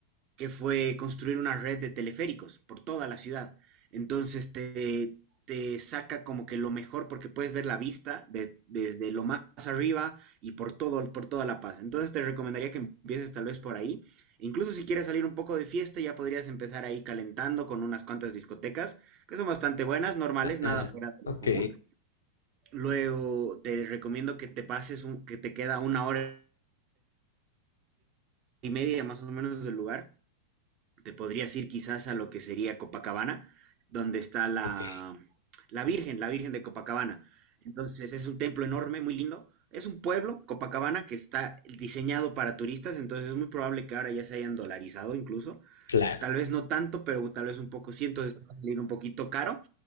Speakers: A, on the right (about 35°); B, on the left (about 70°).
A: que fue construir una red de teleféricos por toda la ciudad. Entonces te, te saca como que lo mejor porque puedes ver la vista de- desde lo más arriba y por todo, por toda La Paz. Entonces te recomendaría que empieces tal vez por ahí. E Incluso si quieres salir un poco de fiesta, ya podrías empezar ahí calentando con unas cuantas discotecas que son bastante buenas, normales,
B: Ah,
A: nada
B: ah.
A: fuera de
B: Ok,
A: lo común. Luego te recomiendo que te pases, un- que te queda una hora y media más o menos del lugar. Te podrías ir quizás a lo que sería Copacabana, donde está la,
B: ok.
A: la Virgen, la Virgen de Copacabana. Entonces es un templo enorme, muy lindo. Es un pueblo, Copacabana, que está diseñado para turistas, entonces es muy probable que ahora ya se hayan dolarizado incluso.
B: Claro,
A: Tal vez no tanto, pero tal vez un poco sí, entonces te va a salir un poquito caro.